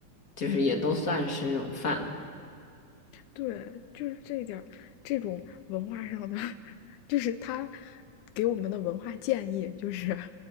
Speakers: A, on the left; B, on the left.
A: 就是也都算是这种饭了，
B: 对，就是这一点这种文化上的，<laughs> 就是他给我们的文化建议，就是